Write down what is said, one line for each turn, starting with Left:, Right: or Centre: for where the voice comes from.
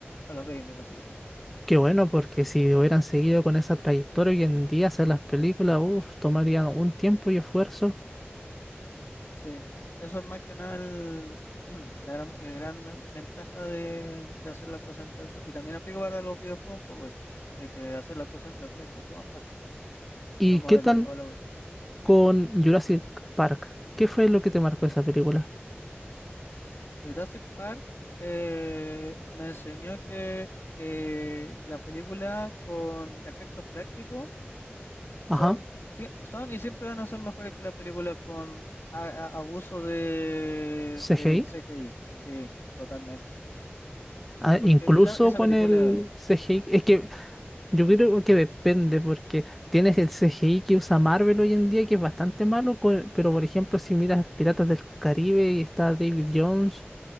Left: a los de Disney, <laughs> básicamente.
Centre: Qué bueno, porque si hubieran seguido con esa trayectoria hoy en día hacer las películas, uff, tomarían un tiempo y esfuerzo.
Left: Sí, eso es más que nada el, <clears throat> la gran, el gran la- ventaja de, de hacer las cosas en 3D. Y también aplica para los videojuegos un poco eso, de que hacer las cosas en 3D es mucho más fácil,
Centre: ¿Y
Left: los modelos
Centre: qué tal?
Left: y toda la cuestión
Centre: con Jurassic Park. ¿Qué fue lo que te marcó esa película?
Left: Jurassic Park eh, me enseñó que eh, las películas con efectos prácticos
Centre: Ajá,
Left: son, sí- son y siempre van a ser mejores que las películas con a- a- abuso de,
Centre: CGI.
Left: del C G I, Sí, totalmente.
Centre: Ah,
Left: Porque
Centre: incluso
Left: es la- esa
Centre: con
Left: película,
Centre: el CGI. Es que yo creo que depende, porque tienes el CGI que usa Marvel hoy en día, que es bastante malo, co- pero por ejemplo, si miras Piratas del Caribe y está David Jones,